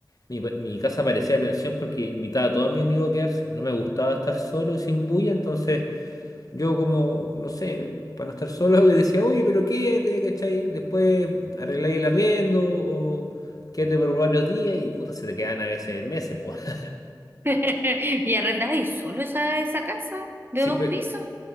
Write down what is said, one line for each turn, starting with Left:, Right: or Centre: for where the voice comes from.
Left: Mi, mi casa parecía pensión porque invitaba a todos mis amigos a quedarse. No me gustaba estar solo y sin bulla, entonces yo como, no sé, para no estar solo <laughs> les decía, oye, pero quédate, ¿cachai? Después arregláis el arriendo o quédate por varios días y puta, se te quedan a veces meses, pues. <laughs>
Right: <laughs> Y arrendáis solo esa, esa casa de
Left: Siempre,
Right: dos pisos,